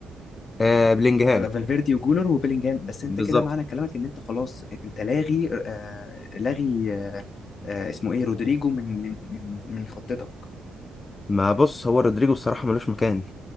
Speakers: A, on the left; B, on the left.
A: آه بلينجهام
B: فالفيردي وجولر وبيلينجهام بس انت
A: بالظبط
B: كده معنى كلامك ان انت خلاص انت لاغي آه لاغي آه آه اسمه ايه رودريجو من من من من خطتك
A: ما بص هو رودريجو الصراحة ملوش مكان